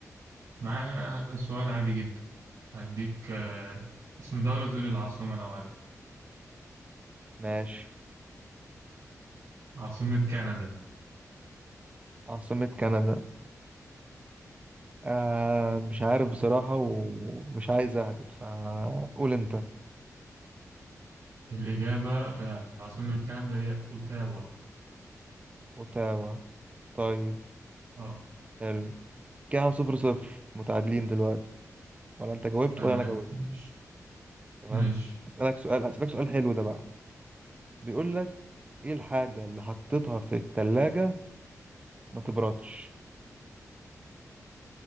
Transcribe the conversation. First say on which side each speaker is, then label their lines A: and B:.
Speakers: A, on the right; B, on the right.
A: معايا سؤال عادي جدا هديك آه اسم دولة تقول العاصمة لو عارف
B: ماشي
A: عاصمة كندا
B: عاصمة كندا آه مش عارف بصراحة ومش عايز أهبط فقول أنت
A: الإجابة آه عاصمة كندا هي أوتاوا
B: أوتاوا طيب
A: اه
B: حلو كده احنا صفر صفر متعادلين دلوقتي ولا انت جاوبت
A: تمام
B: ولا انا جاوبت
A: ماشي
B: تمام
A: ماشي
B: اسالك سؤال هسالك سؤال حلو ده بقى بيقول لك ايه الحاجه اللي حطيتها في الثلاجه ما تبردش